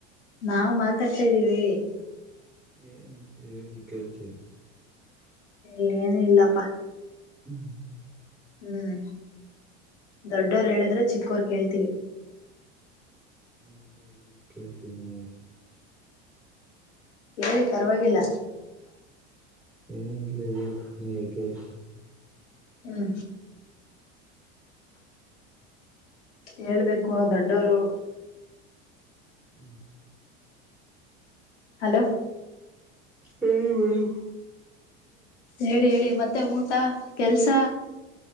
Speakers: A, on the left (about 90°); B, in the centre.
A: ನಾವವು ಮಾತಾಡ್ತಾ ಇದ್ದೀವಿ ಹೇಳಿ
B: ಏನಲ್ ಹೇಳಿ ಕೇಳ್ತೀವಿ
A: ಏನ ಇಲ್ಲಪ್ಪಾ
B: ಹ್ಮ
A: ಹ್ಮ್ ದೊಡ್ಡೋರು ಹೇಳಿದ್ರೆ ಚಿಕ್ಕೋರ್ ಕೇಳ್ತೀವಿ
B: ಇಲ್ಲ ಹೇಳಿ ಕೇಳ್ತೀ ನಾವು
A: ಹೇಳಿ ಪರವಾಗಿಲ್ಲ
B: ಏನ್ಲ ನೀ ಕೆತ
A: ಹ್ಮ ಹೇಳ್ಬೇಕು ದೊಡ್ಡವರು
B: ಹ್ಮ್
A: ಹಲೋ
B: ಹೇಳಳಿ ಬೆಳ
A: ಹೇಳಿ ಹೇಳಿ ಮತ್ತೆ ಊಟ ಕೆಲ್ಸ